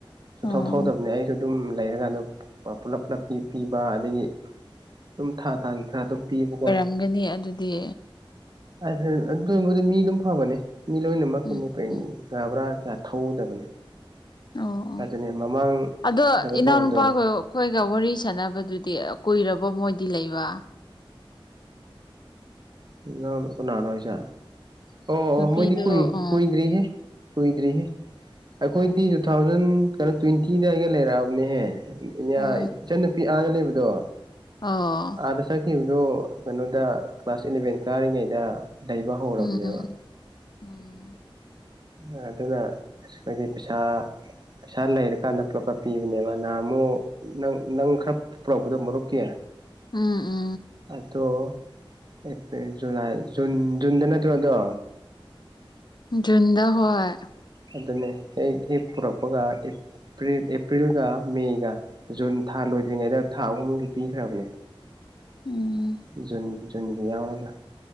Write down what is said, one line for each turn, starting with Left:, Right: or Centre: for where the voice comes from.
Right: ꯁꯨꯊꯧ
Left: ꯑꯣ
Right: ꯊꯧꯗꯕꯅꯦ ꯑꯩꯁꯨ ꯑꯗꯨꯝ ꯂꯩꯔꯒꯥꯟꯗ ꯄꯨꯂꯞ ꯄꯨꯂꯞ ꯄꯤ ꯄꯤꯕ ꯑꯗꯒꯤ ꯗꯨꯝ ꯊꯥ ꯊꯥꯒꯤ ꯈꯔ ꯑꯗꯨꯝ ꯄꯤꯌꯦꯕꯀꯣ
Left: <unintelligible> ꯒꯅꯤ ꯑꯗꯨꯗꯤ
Right: ꯑꯗꯨ ꯑꯗꯨꯕꯨꯗꯤ ꯃꯤ ꯑꯗꯨꯝ ꯐꯕꯅꯦ ꯃꯤ ꯂꯣꯏꯅꯃꯛ
Left: ꯎꯝ
Right: ꯀꯤꯅꯦ <unintelligible> ꯀꯥ ꯕ꯭ꯔꯥ ꯀ꯭ꯌꯥ ꯊꯧꯗꯕꯅꯦ
Left: ꯑꯣ ꯑꯣ
Right: ꯑꯗꯨꯅꯦ ꯃꯃꯥꯡ
Left: ꯑꯗꯣ
Right: ꯀꯩꯅꯣ
Left: ꯏꯅꯥꯎꯅꯨꯄꯥꯒ
Right: ꯇꯧꯅꯗ꯭ꯔꯣ
Left: ꯑꯩꯈꯣꯏꯒ ꯋꯥꯔꯤ ꯁꯥꯟꯅꯕꯗꯨꯗꯤ ꯀꯨꯏꯔꯕ ꯃꯣꯏꯗꯤ ꯂꯩꯕ
Right: <unintelligible> ꯀꯅꯥꯅꯣ ꯍꯥꯏꯁꯦ ꯑꯣ ꯑꯣ
Left: ꯅꯨꯄꯤꯗꯣ
Right: ꯃꯣꯏꯗꯤ ꯀꯨꯏ
Left: ꯑ
Right: ꯀꯨꯏꯗ꯭ꯔꯤꯍꯦ ꯀꯨꯏꯗ꯭ꯔꯤꯍꯦ ꯑꯩꯈꯣꯏꯗꯤ ꯇꯨ ꯊꯥꯎꯖꯟ ꯀꯩꯅꯣ ꯇ꯭ꯋꯦꯟꯇꯤꯗ ꯑꯩꯒ ꯂꯩꯔꯛꯑꯕꯅꯤꯍꯦ <unintelligible>
Left: ꯎꯝ
Right: ꯏꯆꯟꯟꯅꯨꯄꯤ ꯑꯥꯗ ꯂꯩꯕꯗꯣ
Left: ꯑꯣ
Right: ꯑꯥꯗ ꯆꯛꯈꯤꯕꯗꯨ ꯀꯩꯅꯣꯗ ꯀ꯭ꯂꯥꯁ ꯏꯂꯚꯦꯟ ꯀꯥꯔꯤꯉꯩꯗ ꯂꯩꯕ ꯍꯧꯔꯕꯅꯦꯕ
Left: ꯎꯝ ꯎꯝ <unintelligible>
Right: ꯑ ꯢꯑꯗꯨꯒ ꯑꯩꯈꯣꯏꯗꯤ ꯄꯩꯁꯥ ꯄꯩꯁꯥ ꯂꯩꯔꯀꯥꯟꯗ ꯄꯨꯂꯞꯡꯎꯨꯒꯄꯤꯕꯅꯦꯕ ꯅꯍꯥꯟꯃꯨ ꯅꯪ ꯅꯪ ꯈꯔ ꯄꯨꯔꯛꯕꯗꯣ ꯃꯔꯨꯞꯀꯤ
Left: ꯎꯝ ꯎꯝ
Right: ꯑꯗꯣ ꯑꯦꯄ꯭ꯔꯤꯜ ꯖꯨꯂꯥꯏ ꯖꯨꯟ ꯖꯨꯟꯗ ꯅꯠꯇ꯭ꯔꯣ ꯑꯗꯣ
Left: ꯖꯨꯟꯗ ꯍꯣꯏ
Right: ꯑꯗꯨꯅꯦ ꯍꯦꯛ ꯍꯦꯛ ꯄꯨꯔꯛꯄꯒ ꯄꯔꯤ ꯑꯦꯄ꯭ꯔꯤꯜꯒ ꯃꯦꯒ ꯖꯨꯟ ꯊꯥ ꯂꯣꯏꯗ꯭ꯔꯤꯉꯩꯗ ꯊꯥ ꯑꯍꯨꯝꯒꯤ ꯄꯤꯈ꯭ꯔꯕꯅꯦ
Left: ꯎꯝ
Right: ꯖꯨꯟꯒꯤ ꯖꯨꯟꯒꯤ ꯌꯥꯎꯔꯒ